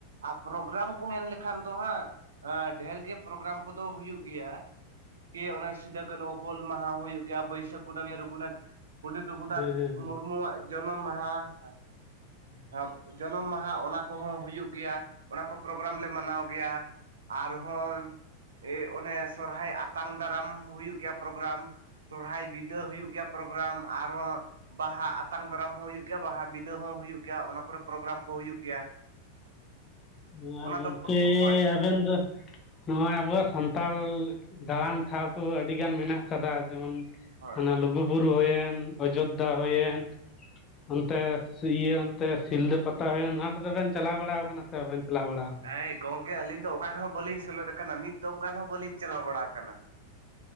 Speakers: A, on the right; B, on the left.
A: ᱟᱨ ᱯᱨᱳᱜᱨᱟᱢ ᱠᱩ ᱢᱮᱱ ᱞᱮᱠᱷᱟᱱ ᱫᱚ ᱦᱟᱸᱜ ᱟᱸ ᱰᱷᱮᱨ ᱜᱮ ᱯᱨᱳᱜᱨᱟᱢ ᱠᱚᱫᱚ ᱦᱩᱭᱩᱜ ᱜᱮᱭᱟ᱾ ᱠᱮ ᱚᱱᱟ ᱥᱤᱫᱩ ᱠᱟᱹᱱᱦᱩ ᱦᱩᱞ ᱢᱟᱦᱟᱸ ᱦᱩᱭᱩᱜ ᱜᱮᱭᱟ᱾ ᱵᱟᱹᱭᱥᱟᱹᱠᱷ ᱠᱩᱱᱟᱹᱢᱤ ᱨᱚᱜᱷᱩᱱᱟᱛ ᱯᱚᱱᱰᱤᱛ ᱨᱚᱜᱷᱩᱱᱟᱛᱷ
B: ᱦᱮᱸ ᱦᱮᱸ ᱦᱮᱸ
A: ᱢᱩᱨᱢᱩᱣᱟᱜ ᱡᱚᱱᱚᱢ ᱢᱟᱦᱟ <unintelligible>
B: ᱦᱩᱸ
A: <unintelligible> ᱡᱚᱱᱚᱢ ᱢᱟᱦᱟ ᱚᱱᱟ ᱠᱚᱦᱚᱸ ᱦᱩᱭᱩᱜ ᱜᱮᱭᱟ᱾ ᱚᱱᱟ ᱠᱚ ᱯᱨᱳᱜᱨᱟᱢ ᱞᱮ ᱢᱟᱱᱟᱣ ᱜᱮᱭᱟ᱾ ᱟᱨ ᱦᱚᱸ ᱟᱹᱭ ᱚᱱᱮ ᱥᱚᱨᱚᱦᱟᱭ ᱟᱛᱟᱝ ᱫᱟᱨᱟᱢ ᱦᱩᱭᱩᱜ ᱜᱮᱭᱟ ᱯᱨᱳᱜᱨᱟᱢ᱾ ᱥᱚᱨᱚᱦᱟᱭ ᱵᱤᱫᱟᱹ ᱦᱩᱭᱩᱜ ᱜᱮᱭᱟ ᱯᱚᱨᱚᱵᱽ ᱜᱨᱟᱢ ᱟᱨ ᱦᱚᱸ ᱵᱟᱦᱟ ᱟᱛᱟᱝ ᱫᱟᱨᱟᱢ ᱦᱚᱸ ᱦᱩᱭᱩᱜ ᱜᱮᱭᱟ ᱵᱟᱦᱟ ᱵᱤᱫᱟᱹ ᱦᱚᱸ ᱦᱩᱭᱩᱜ ᱜᱮᱭᱟ, ᱚᱱᱟ ᱠᱚᱨᱮ ᱯᱨᱳᱜᱨᱟᱢ ᱠᱚ ᱦᱩᱭᱩᱜ ᱜᱮᱭᱟ᱾
B: ᱢᱟ
A: ᱚᱱᱟ
B: ᱜᱚᱝᱠᱮ
A: ᱫᱚ ᱦᱳᱭ
B: ᱟᱵᱮᱱ ᱫᱚ ᱱᱚᱣᱟ ᱟᱵᱚᱣᱟ ᱥᱟᱱᱛᱟᱲ ᱞᱟ ᱫᱟᱬᱟᱱ ᱴᱷᱟᱶ ᱠᱚ ᱟᱹᱰᱤ ᱜᱟᱱ ᱢᱮᱱᱟᱼᱜ ᱠᱟᱫᱟᱹ ᱡᱮᱹᱢᱚᱱ
A: ᱦᱳᱭ
B: ᱦᱟᱱᱟᱹ ᱞᱩᱜᱩᱼᱵᱩᱨᱩ ᱦᱩᱭᱮᱱ ᱚᱡᱳᱫᱽᱫᱷᱟ
A: ᱦᱳᱭ
B: ᱦᱩᱭᱮᱱ ᱚᱱᱹᱛᱮ ᱤᱭᱟᱹ ᱚᱱᱹᱛᱮ ᱥᱤᱞᱫᱟᱹ ᱯᱟᱛᱟ ᱦᱩᱭᱩᱜᱹ ᱚᱱᱟᱹ ᱠᱚᱫᱚᱹ ᱵᱮᱱ ᱪᱟᱞᱟᱼᱣ ᱵᱟᱲᱟ ᱟᱠᱟᱱᱟ ᱥᱮ ᱵᱟᱵᱮᱱ ᱪᱟᱞᱟᱼᱣ ᱵᱟᱲᱟ ᱟᱠᱟᱱᱟ
A: ᱦᱮ ᱜᱚᱝᱠᱮ ᱟᱹᱞᱤᱧ ᱫᱚ ᱚᱠ ᱨᱮᱦᱚᱸ ᱵᱟᱹᱞᱤᱧ ᱥᱮᱞᱮᱫ ᱟᱠᱟᱱᱟ ᱢᱤᱫ ᱫᱚᱢ ᱜᱟᱱ ᱦᱚᱸ ᱵᱟᱹᱞᱤᱧ ᱪᱟᱞᱟᱼᱣ ᱵᱟᱲᱟ ᱟᱠᱟᱱ᱾